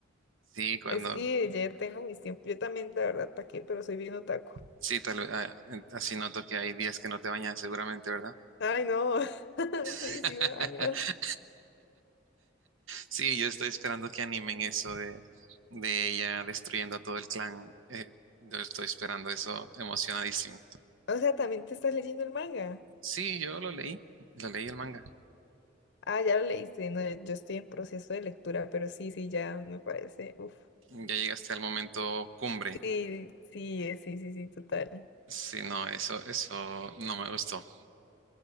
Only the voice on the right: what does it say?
Sí, cuando,
sí, tal vez, ah, en- así noto que hay días que no te bañas seguramente, ¿verdad?
<laughs>
Sí, yo estoy esperando que animen eso de, de ella destruyendo a todo el clan. Eh, yo estoy esperando eso emocionadísimo.
Sí, yo lo leí, lo leí el manga.
Ya llegaste al momento cumbre.
Sí, no, eso, eso no me gustó.